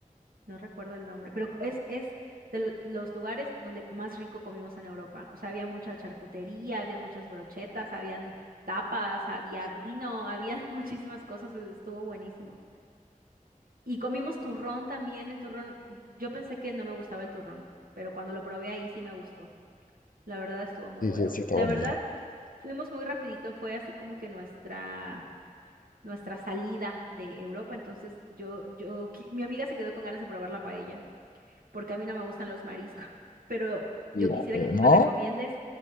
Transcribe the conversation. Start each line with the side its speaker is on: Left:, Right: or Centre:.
Right: no recuerdo el nombre, pero es, es de lo- los lugares donde más rico comimos en Europa. O sea, había mucha charcutería, había muchas brochetas, habían tapas, había vino, había <laughs> muchísimas cosas, e-, estuvo buenísimo. Y comimos turrón también, el turrón, yo pensé que no me gustaba el turrón, pero cuando lo probé ahí sí me gustó. La verdad estuvo muy
Left: Sí,
Right: bueno.
Left: sí, sí, está
Right: La
Left: bueno,
Right: verdad,
Left: sí.
Right: fuimos muy rapidito, fue así como que nuestra nuestra salida de Europa, entonces yo yo qui- mi amiga se quedó con ganas de probar la paella, porque a mí no me gustan los mariscos, <laughs> pero yo
Left: Sí.
Right: quisiera
Left: Eh,
Right: que tú
Left: ¿no?
Right: me recomiendes